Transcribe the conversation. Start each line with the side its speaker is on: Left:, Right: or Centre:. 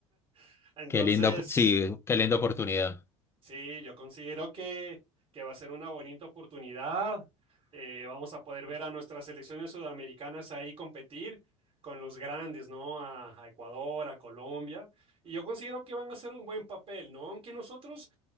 Right: <laughs> Entonces,
Left: Qué linda, op- sí, qué linda oportunidad.
Right: Sí, yo considero que, que va a ser una bonita oportunidad. Eh, vamos a poder ver a nuestras selecciones sudamericanas ahí competir con los grandes, ¿no? A, a Ecuador, a Colombia. Y yo considero que van a hacer un buen papel, ¿no? Aunque nosotros